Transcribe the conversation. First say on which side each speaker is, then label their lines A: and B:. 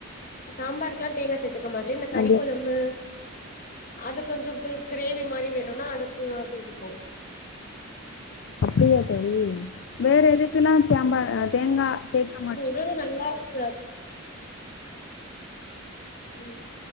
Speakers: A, on the left; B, on the left.
A: சாம்பார்க்லா தேங்கா சேத்துக்க மாட்டேன் இந்த கறிக்
B: அப்படியே
A: கொலம்பு அது கொஞ்சோம் கி கிரேவி மாரி வேணுன்னா அதுக்கு சேதுப்போ
B: அப்டியா தோழி வேற எதுக்குலா சாம்பா தேங்கா சேக்க மாட்
A: ஒருது நல்லா இருக்கா ம்